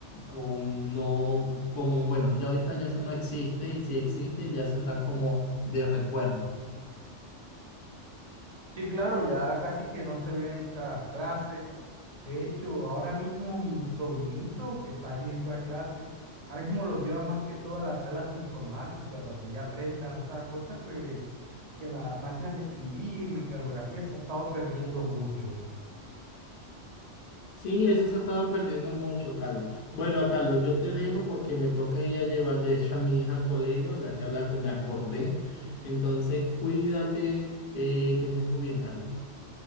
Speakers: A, on the left; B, on the right.
A: o no, como, bueno, ya ahorita ya eso no existe y si existe ya se están como de recuerdo.
B: Sí, claro, ya casi que no se ven esas clases. De hecho, ahora mismo mi sobrinito que está yendo a clase, ahora mismo lo llevan más que todas las salas de informática para que ya aprendan, o sea, cosas que, que las máquinas de escribir, mecanografía se ha estado perdiendo mucho.
A: Sí, eso se estaba perdiendo mucho, Carlos. Bueno, Carlos, yo te dejo porque me toca ir a llevar, de hecho, a mi hija al colegio, ya que hablaste, me acordé. Entonces, cuídate, eh, que estés muy bien, Carlos.